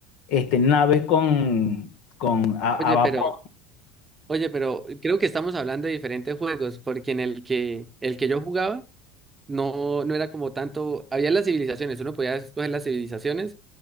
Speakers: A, on the left; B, on the right.
A: este, naves con, con a,
B: Oye,
A: a vapor.
B: pero, oye, pero creo que estamos hablando de diferentes juegos, porque en el que, el que yo jugaba No, no era como tanto, había las civilizaciones, uno podía escoger las civilizaciones,